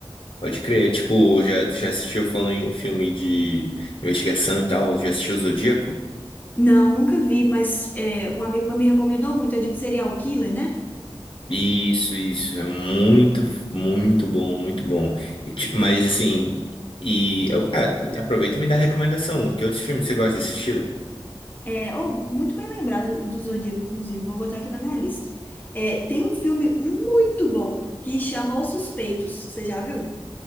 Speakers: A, on the left (about 65°); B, on the left (about 20°).
A: Pode crer. Tipo, já, já assistiu falando em filme de investigação e tal? Já assistiu o Zodíaco?
B: Não, nunca vi, mas é, um amigo meu me recomendou muito. É de um serial killer, né?
A: Isso, isso, é muito, muito bom, muito bom. E, ti- mas assim, e eu, cara, aproveita e me dá recomendação. Que outros filmes você gosta desse estilo?
B: É, oh, muito bem lembrado do do Zodíaco, inclusive. Vou botar aqui na minha lista. É, tem um filme muito bom que chama Os Suspeitos. Você já viu?